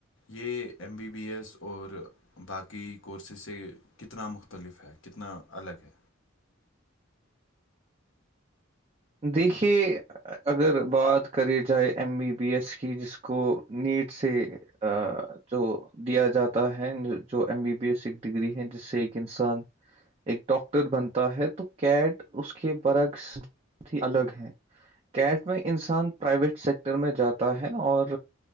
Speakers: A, on the left; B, on the right.
A: یہ ایم بی بی ایس اور باقی کورسز سے کتنا مختلف ہے کتنا الگ ہے
B: دیکھیے اگر بات کری جائے ایم بی بی ایس کی جس کو نیٹ سے ا تو دیا جاتا ہے جو ایم بی بی ایس ایک ڈگری ہے جس سے ایک انسان ایک ڈاکٹر بنتا ہے تو کیٹ اس کے برعکس بہت ہی الگ ہے کیٹ میں انسان پرائیویٹ سیکٹر میں جاتا ہے اور